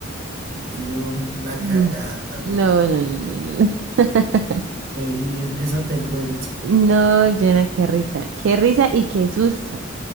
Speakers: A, on the right; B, on the right.
A: mi tío la
B: No,
A: cagada también.
B: no, no, no, no, no. No, <laughs>
A: Pues, y es- eso te cuento.
B: No, Jonah, qué risa. Qué risa y qué susto.